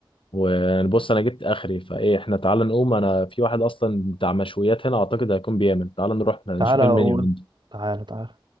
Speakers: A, on the left (about 80°); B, on the right (about 60°).
A: وبص انا جبت اخري فايه احنا تعالى نقوم انا في واحد اصلا بتاع مشويات هنا اعتقد هيكون بيعمل تعالى نروح نشوف
B: تعالى اقول
A: المنيو
B: تعالى تعالى